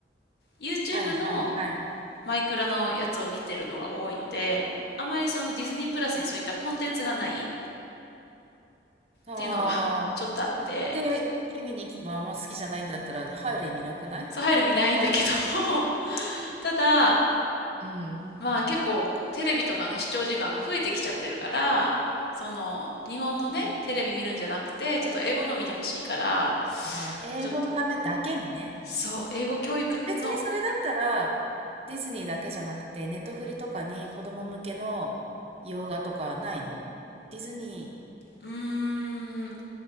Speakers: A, on the left (about 65°); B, on the right (about 35°).
A: YouTube
B: はいはいはい。
A: のマイクラのやつを見てるのが多いので、あまりそのディズニープラスにそういったコンテンツがないっ
B: ああ。
A: ていうのは <laughs> ちょっとあって、
B: で、ミッキー見に行きまあ、あんま好きじゃないんだったら入る意味なくない？
A: そう入る見ないんだけども、<laughs> ただ、
B: うん。
A: まあ結構テレビとかの視聴時間が増えてきちゃってるから、その日本のね、
B: うん。
A: テレビ見るんじゃなくて、ちょっと英語の見てほしいから、
B: ああ、英語のためだけにね。
A: ちょっと、そう、英語教育の、
B: 別にそれだったら、ディズニーだけじゃなくて、ネットフリとかに子供向けの洋画とかないのディズニ
A: うーん、